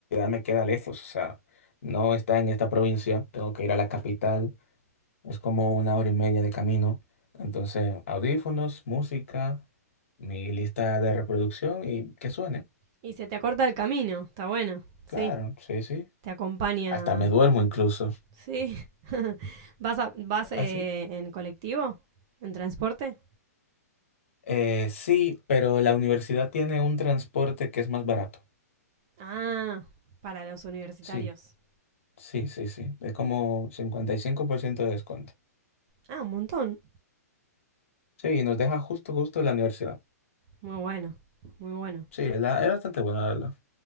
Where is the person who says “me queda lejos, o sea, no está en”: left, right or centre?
Left